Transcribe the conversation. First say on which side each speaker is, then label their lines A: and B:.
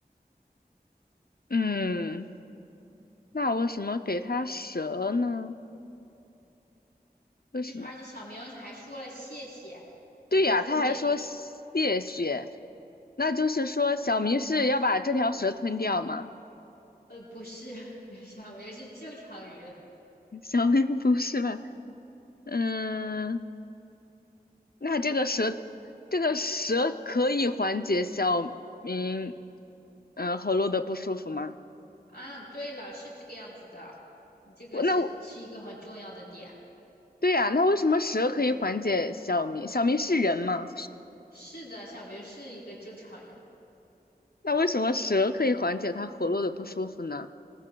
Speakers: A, on the left; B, on the left.
A: 嗯，那为什么给他蛇呢？为什么？
B: 就是而且小明还说了谢谢，
A: 对呀，
B: 就是说明
A: 他还说谢谢，那就是说小明是要把这条蛇吞掉吗？
B: 呃不是 <laughs> 小明是正常人
A: <laughs> 小明不是吧？嗯，那这个蛇，这个蛇可以缓解小明，嗯、喉咙的不舒服吗？
B: 啊，对了，是这个样子的，你这个是是一个很重要的点，
A: 我那我对呀，那为什么蛇可以缓解小明？小明是人吗？
B: 是的，小明是一个正常人。
A: 那为什么蛇可以缓解他喉咙的不舒服呢？